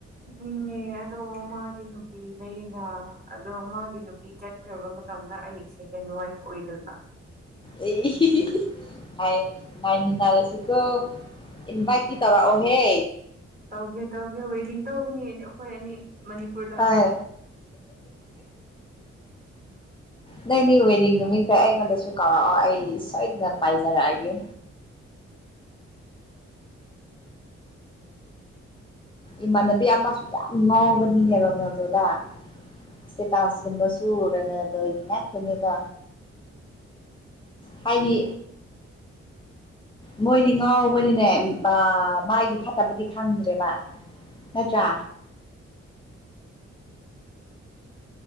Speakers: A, on the right (about 30°); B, on the left (about 15°).
A: ꯅꯤꯡꯉꯦ ꯑꯗꯣ ꯃꯥꯗꯤ ꯅꯨꯄꯤ ꯂꯩꯌꯦꯅ ꯑꯗꯣ ꯃꯥꯒꯤ ꯅꯨꯄꯤ ꯆꯠꯈ꯭ꯔꯕ ꯝꯠ ꯃꯇꯝꯗ ꯑꯩ ꯁꯦꯀꯦꯟ ꯋꯥꯏꯐ ꯑꯣꯏꯗꯣꯏꯕ
B: ꯑꯦ ꯍꯤ ꯍꯤ ꯍꯤ ꯍꯥꯏ ꯉꯥꯏꯃꯤꯟꯅꯔꯁꯤꯀꯣ ꯏꯟꯚꯥꯏꯠꯇꯤ ꯇꯧꯔꯛꯑꯣꯍꯦ
A: ꯇꯧꯒꯦ ꯇꯧꯒꯦ ꯋꯦꯗꯤꯡ ꯇꯧꯒꯅꯤ ꯑꯩꯅ ꯑꯈꯣꯏ ꯑꯅꯤ ꯃꯅꯤꯄꯨꯔꯗ
B: ꯍꯥꯏ ꯅꯡ ꯃꯤ ꯑꯣꯏꯔꯗꯤ ꯅꯨꯃꯤꯠꯇ ꯑꯩꯉꯣꯟꯗꯁꯨ ꯀꯧꯔꯛꯑꯣ ꯑꯩ ꯁꯣꯏꯗꯅ ꯄꯥꯏꯖꯔꯛꯑꯒꯦ ꯏꯃꯥꯟꯅꯕꯤ ꯑꯃꯁꯨ ꯌꯥꯝ ꯉꯥꯎꯕꯅꯤꯅꯦ ꯔꯣꯅꯦꯜꯗꯣꯗ ꯏꯁꯇꯦꯇꯥꯁꯀꯨꯝꯕꯁꯨ ꯔꯣꯅꯦꯜꯗꯣꯒꯤ ꯉꯥꯛꯇꯅꯦꯀꯣ ꯍꯥꯏꯗꯤ ꯃꯣꯏꯗꯤ ꯉꯥꯎꯕꯅꯤꯅꯦ ꯃꯒꯤ ꯐꯠꯇꯕꯗꯤ ꯈꯪꯗ꯭ꯔꯦꯕ ꯅꯠꯇ꯭ꯔꯥ